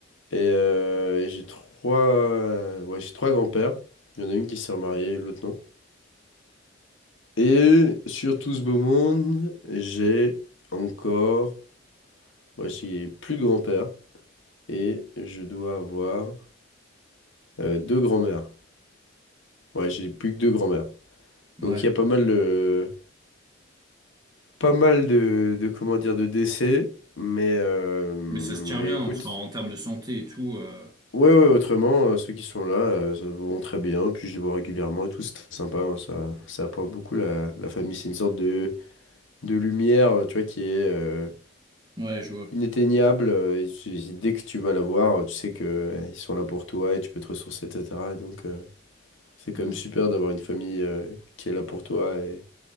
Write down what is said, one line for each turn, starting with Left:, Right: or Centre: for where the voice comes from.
Left: Et, euh, et j'ai trois, euh, ouais, j'ai trois grands-pères. Il y en a une qui s'est remariée, l'autre non. Et sur tout ce beau monde, j'ai encore, moi j'ai plus de grands-pères et je dois avoir euh, deux grands-mères. Ouais, j'ai plus que deux grands-mères.
Right: Ouais.
Left: Donc il y a pas mal de, pas mal de, de comment dire, de décès. Mais, euh, mais
Right: Mais ça se tient bien,
Left: écoute,
Right: enfin, en termes de santé et tout. euh,
Left: Ouais, ouais, autrement, euh, ceux qui sont là euh, ça vont très bien, puis je les vois régulièrement et tout, c'est très sympa, hein, ça, ça apporte beaucoup la, la famille, c'est une sorte de, de lumière, euh, tu vois, qui est euh,
Right: Ouais, je vois.
Left: inatteignable, euh, et tu- dès que tu vas la voir, euh, tu sais que euh, ils sont là pour toi et tu peux te ressourcer, etc. Et donc, euh, c'est quand
Right: Mm.
Left: même super d'avoir une famille euh, qui est là pour toi et